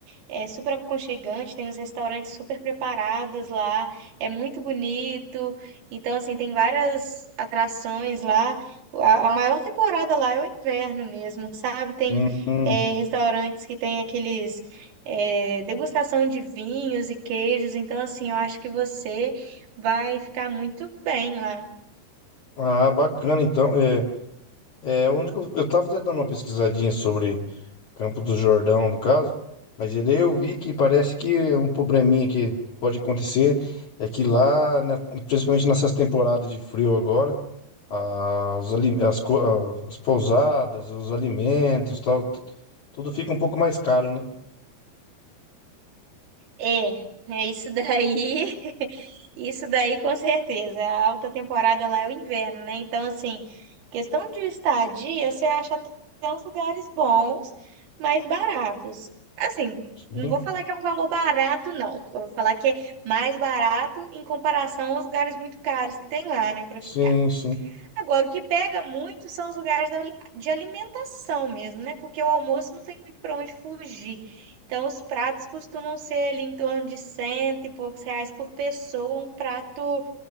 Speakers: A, on the right; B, on the left.
A: é super aconchegante, tem os restaurantes super preparados lá, é muito bonito. Então, assim, tem várias atrações lá. A, a maior temporada lá é o inverno mesmo, sabe? Tem
B: Hum, hum.
A: é, restaurantes que tem aqueles é, degustação de vinhos e queijos. Então, assim, eu acho que você vai ficar muito bem lá.
B: Ah, bacana, então. É, é o único. Eu tava até dando uma pesquisadinha sobre. Campo do Jordão, no caso. Mas ele eu vi que parece que um probleminha que pode acontecer é que lá, na- principalmente nessas temporadas de frio agora, ah, ali- as, co- ah, as pousadas, os alimentos, tal, tu- tudo fica um pouco mais caro, né?
A: É, é isso daí, <laughs> isso daí com certeza. A alta temporada lá é o inverno, né? Então, assim, questão de estadia, você acha até uns lugares bons, mas baratos. Assim,
B: Sim,
A: não vou falar que é um valor barato, não. Eu Vou falar que é mais barato em comparação aos lugares muito caros que tem lá, né, para
B: sim,
A: ficar.
B: sim.
A: Agora, o que pega muito são os lugares da- de alimentação mesmo, né? Porque o almoço não tem muito para onde fugir. Então, os pratos costumam ser ali em torno de cento e poucos reais por pessoa, um prato